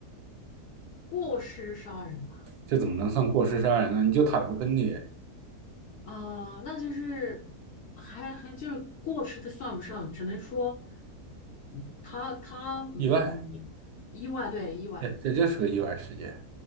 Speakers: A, on the left; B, on the right.
A: 过失杀人吧？
B: 这怎么能算过失杀人呢？你就打了个喷嚏，
A: 啊，那就是还还就是过失的算不上，只能说，嗯，他他嗯，
B: 意外。
A: 意外对意外
B: 哎，这就是个意外事件。